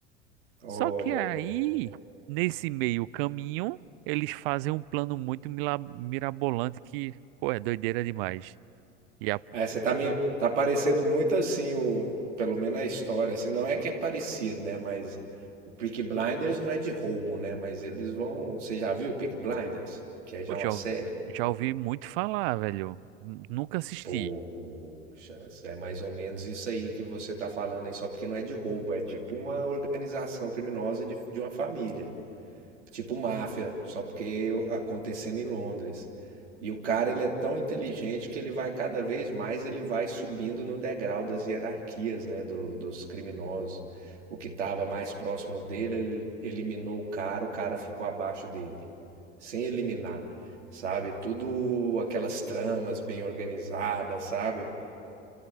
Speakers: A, on the right (about 75°); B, on the right (about 50°).
A: olha.
B: Só que aí, nesse meio caminho, eles fazem um plano muito mila- mirabolante que, pô, é doideira demais. e a
A: É, você tá me tá parecendo muito assim o, pelo menos a história, assim, não é que é parecido, né, mas o Peaky Blinders não é de roubo, né, mas eles vão, você já viu o Peaky Blinders? Que é já
B: Pô, já
A: uma série.
B: ouvi, já ouvi muito falar, velho. N- Nunca assisti.
A: Poxa, é mais ou menos isso aí que você tá falando aí, só porque não é de roubo, é tipo uma organização criminosa de, de uma família. tipo máfia, só porque acontecendo em Londres. E o cara, ele é tão inteligente que ele vai cada vez mais, ele vai subindo no degrau das hierarquias, né, do- dos criminosos. O que estava mais próximo dele, ele eliminou o cara, o cara ficou abaixo dele, sem eliminar, sabe? Tudo aquelas tramas bem organizadas, sabe?